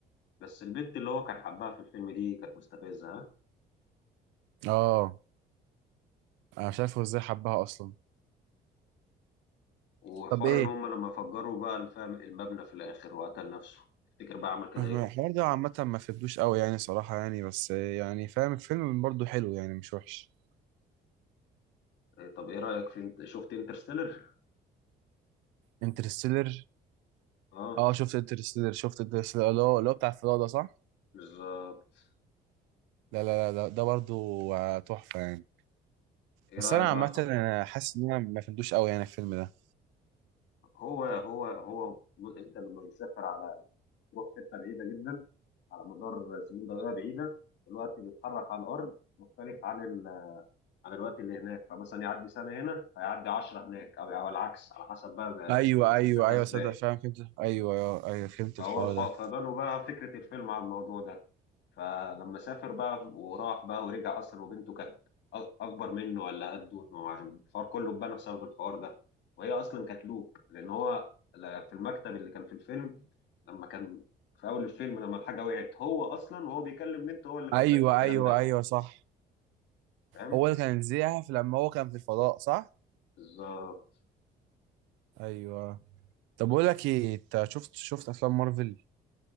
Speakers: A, on the left; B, on the right.
A: بس البت اللي هو كان حبها في الفيلم دي كانت مستفزة ها
B: اه انا مش عارف هو ازاي حبها اصلا
A: وحوار
B: طب ايه
A: ان هم لما فجروا بقى الفم المبنى في الاخر وقتل نفسه تفتكر بقى عمل كده
B: الحوار
A: ليه؟
B: ده عامة ما فهمتوش قوي يعني صراحة يعني بس يعني فاهم الفيلم برضه حلو يعني مش وحش
A: إيه، طب ايه رأيك في انت شفت انترستيلر؟
B: انترستيلر
A: اه
B: اه شفت انترستيلر شفت انترستيلر اللي هو اللي هو بتاع الفضاء ده صح؟
A: بالظبط
B: لا لا لا ده, ده برضه آه، تحفة يعني
A: ايه
B: بس
A: رأيك
B: أنا
A: بقى
B: عامة
A: في
B: أنا حاسس إن أنا ما فهمتوش قوي يعني الفيلم ده
A: هو هو هو انت لما بتسافر على تروح حتة بعيدة جدا على مدار سنين ضوئية بعيدة الوقت بيتحرك على الارض مختلف عن ال على الوقت اللي هناك فمثلا يعدي سنة هنا فيعدي عشرة هناك أو أو العكس على حسب بقى
B: أيوه
A: المسافة
B: أيوه أيوه
A: إزاي
B: صدق فاهم فهمت أيوه أيوه أيوه فهمت
A: فهو
B: الحوار
A: الحق
B: ده
A: فبنوا بقى فكرة الفيلم على الموضوع ده فلما سافر بقى وراح بقى ورجع أصلا وبنته كانت أ- أكبر منه ولا قده ما هو عارف. الحوار كله اتبنى بسبب الحوار ده وهي أصلا كانت لوب لأن هو ل- في المكتب اللي كان في الفيلم لما كان في أول الفيلم لما الحاجة وقعت هو أصلا وهو بيكلم بنته هو اللي
B: أيوه
A: كان زق الكلام
B: أيوه
A: ده
B: أيوه صح
A: فاهم؟
B: هو اللي كان زيها لما هو كان في الفضاء صح؟
A: بالظبط
B: أيوه طب بقول لك إيه أنت شفت شفت أفلام مارفل؟